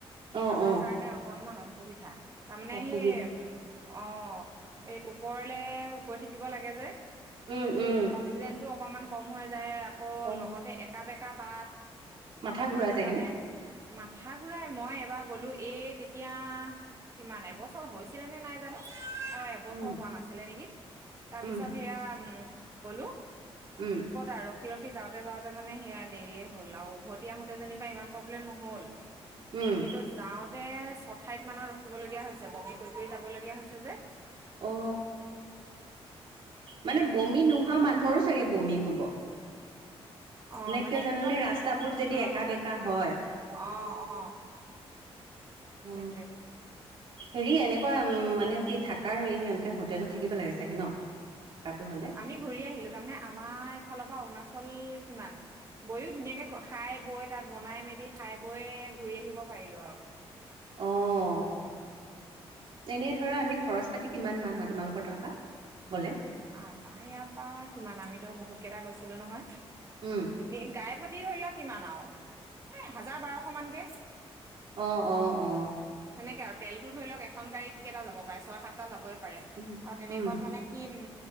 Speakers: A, on the right; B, on the right.
A: সিহঁতৰ
B: অ অ
A: কাৰণে অকনমান অসুবিধা তাৰমানে
B: অসুবিধা
A: সেই উ অহ এই ওপৰলে গৈ থাকিব লাগে যে
B: উম উম
A: অক্সিজেনটো অকমান কম হৈ যায় আকৌ
B: কম
A: লগতে একা বেকা বাট
B: মাথা ঘূৰাই
A: সেকাণে
B: চাগে ন
A: মাথা ঘুৰাই মই এবাৰ গলো এই তেতিয়া কিমান এবছৰ হৈছিলে নে নাই জানো অ এব
B: উম
A: ছৰ হোৱা নাছিলে নিকি তাৰ
B: উম
A: পিছত সেয়া উম গলো ক'ত
B: উম
A: আ ৰখি ৰখ যাওঁতে যাওঁতে মানে সেয়াই দেৰিয়ে হ'ল আৰু উভতি আহোতে যেনিবা ইমান প্ৰব্লেম নহল
B: উম
A: কিন্তু যাওঁতে চত ঠাইত মানত ৰখিবলগীয়া হৈছে বমি কৰি কৰি যাবলগীয়া হৈছে যে
B: অ মানে বমি নোহোৱা মানুহৰো চাগে বমি হব
A: অহ মানে
B: কিয় জানানে
A: একদম
B: ৰাস্তাবোৰ যদি
A: অ
B: একা বেকা হয়
A: অ অ
B: অ
A: সেইটোৱে
B: হেৰি এনেকুৱা উম মানে কি থাকাৰ হেৰি এনেকে হোটেলত থাকিব লাগে চাগে ন থকাটো হলে
A: আমি ঘূৰি আহিলো তাৰমানে আমাৰ এইফালৰ পৰা অৰুণাচল কিমান গৈও ধুনীয়াকে গ খাই বৈ তাত বনাই মেলি খাই বৈ ঘূৰি আহিব পাৰিলো আৰু
B: অঁ এনেই ধৰা এনে খৰচ পাতি কিমান মান হয় তোমালোকৰ তাৰ পা গ'লে।
A: আমাৰ ইয়াৰ পা কিমান আমিতো বহুত কেইটা গৈছিলো নহয়,
B: উম,
A: এ গাই পতি পি ধৰি লোৱা কিমান আৰু এ হাজাৰ বাৰশ মানকে
B: অ অ অ
A: তেনেকে আৰু তেলটো ধৰি লওক এখন গাড়ীত কেইটা যাব পাৰে ছয় সাতটা যাবই পাৰে
B: উম,
A: আৰু তেনেকুৱাত
B: উম,
A: মানে কি উম